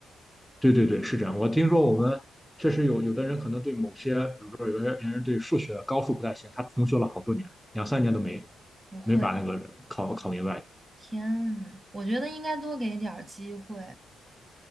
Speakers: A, in the centre; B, on the right.
A: 对对对，是这样。我听说我们确实有有的人可能对某些，比如说有些人对数学高数不太行，他重修了好多年，两三年都没
B: 不会，
A: 没把那个考考明白
B: 天呐，我觉得应该多给点儿机会，